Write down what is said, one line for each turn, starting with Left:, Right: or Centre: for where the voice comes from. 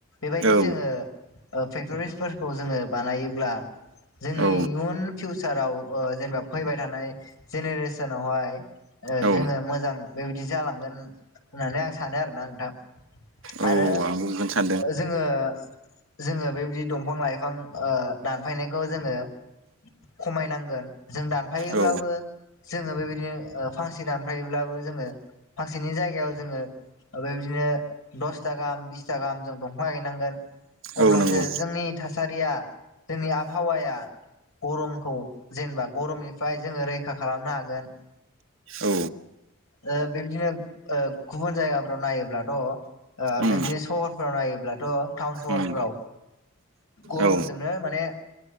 Left: बेबायदि
Right: औ
Left: जोङो फेक्ट'रिसफोरखौ जोङो बानायोब्ला जोंनि
Right: औ
Left: इयुन फिउचाराव जेनेबा फैबाय थानाय जेनेरेसनावहाय
Right: औ
Left: जोङो मोजां बेबायदि जालांगोन। होननानै आं सानो आरोना नोंथां।
Right: औ
Left: आरो
Right: आंबो बुंनो सानो।
Left: जोङो जोङो बेबायदि दंफां लाइ फां ओ दानफायनायखौ जोङो खमायनांगोन। जों दानफायोब्लाबो
Right: औ
Left: जोङो बेबायदि नो ओ फांसे दानफायोब्लाबो जोङो फांसेनि जायगायाव जोङो ओ बेबायदिनो दसथा गाहाम बिसथा गाहाम जों दंफां गायनांगोन अब्लासो
Right: औ नंगौ
Left: जोंनि थासारिया जोंनि आबहावाया गरमखौ जेनेबा गरमनिफ्राय जोङो रैखा खालामनो हागोन।
Right: औ
Left: ओ बेबा दिनो गुबुन जायगाफ्राव नायोब्लाथ' बेदिनो
Right: उम
Left: सहर फ्रावनायोब्लाथ' टाउन सहरफ्राव
Right: उम
Left: गरमजोंनो
Right: औ
Left: माने